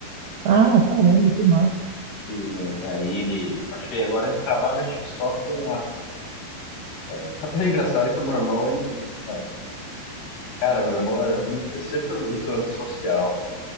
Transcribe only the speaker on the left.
E daí ele, acho que agora ele trabalha acho que só com a... <laughs> É engraçado que o meu irmão, ele, é, cara, meu irmão era muito, sempre foi muito antissocial, velho.